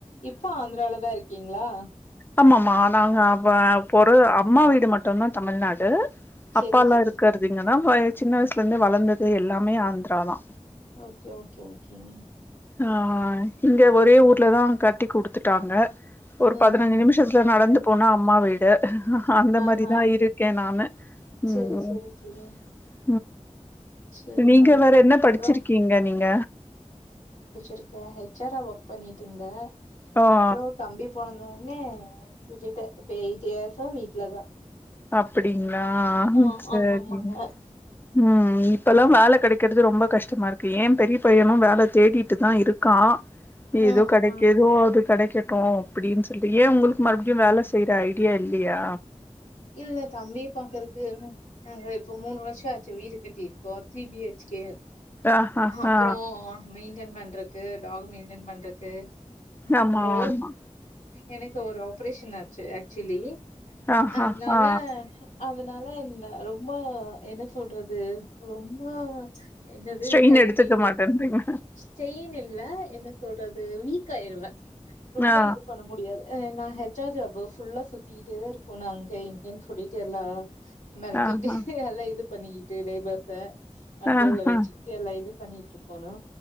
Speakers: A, on the left; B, on the left.
A: இப்போ ஆந்ராலதா இருக்கீங்ளா
B: ஆமமா நாங்க அ பொற அம்மா வீடு மட்டுந்தா தமிழ்நாடு
A: சேரி
B: அப்பால்லா
A: சேரி
B: இருக்கற்து
A: சேரி
B: இங்கன்னா வய சின்ன வயசுல இருந்தே வளந்தது இது எல்லாமே ஆந்ரா தா
A: ஓகே ஓகே ஓகேங்க
B: ஆ இங்க ஒரே ஊர்லதா கட்டி குடுத்துட்டாங்க ஒரு
A: ம்
B: பதுனஞ்சி
A: ம்
B: நிமிஷத்ல நடந்து நா அம்மா வீடு அந்த
A: ஆஹா
B: மாரிதா இருக்கே நானு
A: செரி
B: ம்
A: செரி செரி
B: ம்
A: செரிங்க
B: நீங்க வேற என்ன படிச்சிருக்கீங்க
A: அப்றோ
B: நீங்க
A: இருக்கே ஹச் ஆர் ஆ ஒர்க் பண்ணிட்ருந்த
B: ஆ
A: அப்றோ தம்பி பொறந்த னே வீட்டுட்ட இப்ப எயிட் இயர்ஸா வீட்லதா
B: அப்புடிங் அ அ
A: ஆ
B: சரி
A: ஆமா ஆமாங்க
B: ம் ம் இப்பலா வேல கடைக்கிறது ரொம்ப கஷ்டமா இருக்கு ஏ பெரிய பையனு வேல தேடிட்டுதா இருக்கா
A: ம்
B: ஏதோ கடைக்கிதோ
A: ம்
B: அது கடை கட்டு அப்டின்னு சொல்லி ஏ உங்களுக்கு மறுபடியு வேல செய்யுற ஐடியா இல்லயா
A: இல்ல தம்பிய பாக்குறக்கு உ நாங்க இப்ப மூணு வருஷொ ஆச்சு வீடு கட்டி இருக்கோ த்ரீ பி ஹச் கே
B: ஆஹா
A: அப்புறோ
B: ஆ
A: மெயிண்டன் பண் இருக்கு டாகு மெயின்டன் பண்றக்கு அப்புறோ
B: ஆமா ஆமா
A: எனக்கு ஒரு ஆப்ரேஷன் ஆச்சு ஆக்சுவலி
B: ஆஹா
A: அதுனால
B: ஆ
A: அதுனால என்ன ரொம்ப என்ன சொல்றது ரொம்ப என்னது
B: ஸ்ட்ரெயின்
A: ஹெல்
B: எடுத்துக்க
A: இது
B: மாட்டேன்றீங்க
A: ஸ்டெயின் இல்ல என்ன சொல்றது வீக் காயிறுவே ரொம்ப
B: ஆ
A: இது பண்ண முடியாது அ நா ஹெச் ஆர் ஜாப் ஃபுல்ல சுத்திட்டேதா இரு குனொ அங்க இங்கேன் சொல்லிட்டு எல்லா மெரட்டிட்டு
B: ஆஹா
A: எல்லா இது பண்ணிக்கிட்டு லேபர்ஸ கண்ட்ரோல்ல
B: ஆஹா
A: வெச்சுக்குட்டு எல்லா இது பண்ணிட்டு இருக்கோணு